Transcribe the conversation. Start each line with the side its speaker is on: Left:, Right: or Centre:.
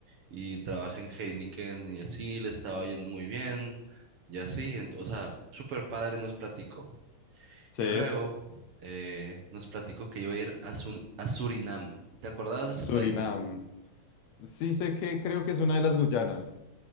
Right: y trabajé en Heineken y así, le estaba yendo muy bien y así, ent- o sea, súper padre nos platicó.
Left: Sí,
Right: Y luego eh, nos platicó que iba a ir a, Sun- a Surinam. ¿Te acordabas
Left: Surinam.
Right: de ese país?
Left: Sí sé que creo que es una de las Guyanas.